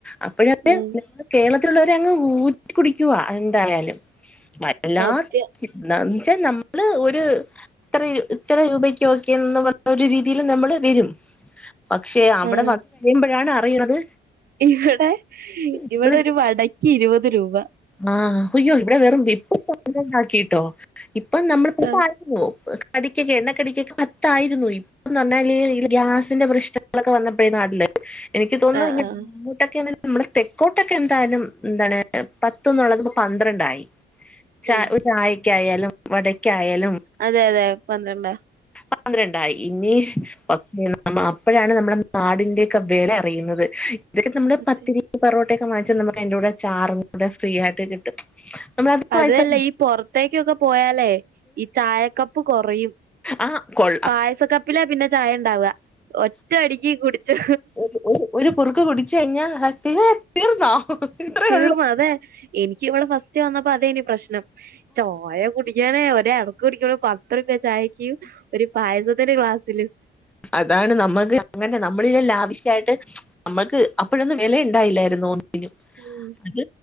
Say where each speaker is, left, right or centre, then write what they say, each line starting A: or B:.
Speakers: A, in the centre; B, on the right.
A: അപ്പോഴത്
B: ഉം
A: കേരളത്തിലുള്ളവരെ അങ്ങ് ഊറ്റി കുടിക്കുവാ എന്തായാലും വല്ലാ
B: സത്യം
A: ന്താന്ന് വെച്ചാൽ നമ്മള് ഒരു ഇത്ര ഇത്ര രൂപയ്ക്ക് ഒക്കെന്ന്പറഞ്ഞ ഒരു രീതിയില് നമ്മള് വരും പക്ഷെ അവിടെ
B: ആഹ്
A: വർക്ക്‌ ചെയ്യുമ്പോഴാണ് അറിയണത്
B: ഇവിടെ
A: നമ്മള്
B: ഇവിടെ ഒരു വടയ്ക്ക് ഇരുപത് രൂപ
A: ആഹ് യ്യോ ഇവിടെ വെറും ഇപ്പൊണ്ടാക്കിട്ടോ ഇപ്പൊ നമ്മള <unintelligible> പ്പായിരുന്നു
B: ആഹ്
A: കടിക്കൊക്കെ എണ്ണക്കടിക്കൊക്കെ പത്തായിരുന്നു ന്ന് പറഞ്ഞാല് ഈ ഗ്യാസിന്റെ പ്രശ്നങ്ങളൊക്കെ വന്നപ്പോഴേ നാട്ടി ല് എനിക്ക് തോന്നുന്നു
B: ആഹ്
A: ഇങ്ങനെ
B: ആഹ്
A: അങ്ങോട്ടൊക്കെ നമ്മള് തെക്കോട്ടൊക്കെ എന്തായാലും എന്താണ് പത്ത് പത്ത്ന്നുള്ളത് പന്ത്രണ്ടായി ച
B: ഉം
A: ഒരു ചായക്കയാലും വടയ്ക്കായാലും
B: അതെ അതെ പന്ത്രണ്ട്രാ
A: പന്ത്രണ്ടായി ഇനി പക്ഷേ അപ്പോഴാണ് നമ്മുടെ നാടിന്റെക്കെ വില അറിയുന്നത് ഇതൊക്കെ നമ്മള്
B: സത്യം
A: പത്തിരി ഈ പൊറോട്ടയൊക്കെ വാങ്ങിച്ച നമ്മക്ക് അതിന്റെ കൂടെ ചാറ് കൂടെ ഫ്രീ ആയിട്ട് കിട്ടും നമ്മളത്
B: അതുഅല്ല
A: വാങ്ങിച്ച
B: ഈ പുറത്തേക്കൊക്കെ പോയാലേ ഈ ചായക്കപ്പ് കുറയും
A: ആ കൊള്ള
B: പായസ കപ്പിലാ പിന്നെ ചായ ഉണ്ടാവ ഒറ്റ അടിക്ക് കുടിച്ചു
A: ഒരു ഒരു ഒരു കുറുക്ക് കുടിച് കഴിഞ്ഞാൽ അ തിനെ തീർന്നോ ഇത്രേ
B: തീർന്ന്
A: ഉള്ളൂ
B: അതെ എനിക്ക് ഇവിടെ ഫസ്റ്റ് റ്റ് വന്നപ്പോ അതേനി പ്രശ്നം. ചായ കുടിക്കാനേ മറ്റെ ഒര് ഇറക്ക് കുടിക്കുമ്പോ പത്ത്റുപിയ ചായ ഒരു പായസത്തിന്റെ ഗ്ലാസ്സില്
A: അതാണ് നമ്മക്ക് അങ്ങനെ നമ്മളല്ലാം ലാവിശ്യായിട്ട് നമ്മൾക്ക് അപ്പോഴൊന്നും വില ഉണ്ടായില്ലായിരുന്നു ഒന്നിനും
B: ഉം
A: അത്